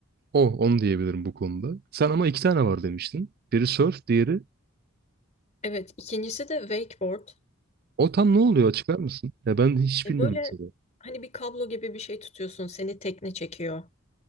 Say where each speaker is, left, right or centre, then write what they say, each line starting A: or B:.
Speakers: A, on the right; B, on the left.
A: Oh, onu diyebilirim bu konuda. Sen ama iki tane var demiştin. Biri surf, diğeri
B: Evet, ikincisi de wakeboard.
A: o tam ne oluyor açıklar mısın? Ya ben hiç
B: E
A: bilmiyorum
B: böyle
A: mesela.
B: hani bir kablo gibi bir şey tutuyorsun, seni tekne çekiyor.